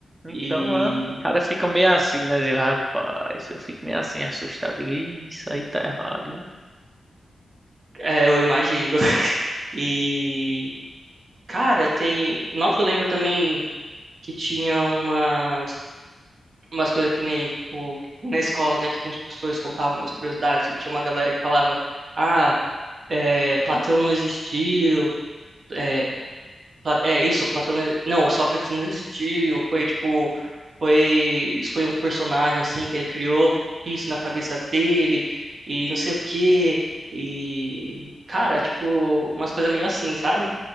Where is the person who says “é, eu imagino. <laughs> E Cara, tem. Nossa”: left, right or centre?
Right